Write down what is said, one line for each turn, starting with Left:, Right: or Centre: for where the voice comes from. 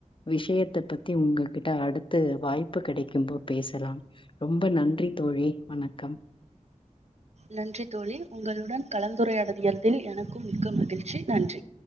Left: விஷயத்த பத்தி உங்ககிட்ட அடுத்து வாய்ப்பு கிடைக்கும்போ பேசலா ரொம்ப நன்றி தோழி வணக்கம்
Right: நன்றி தோழி உங்களுடன் கலந்துரையாடதியதில் எனக்கும் மிக்க மகிழ்ச்சி நன்றி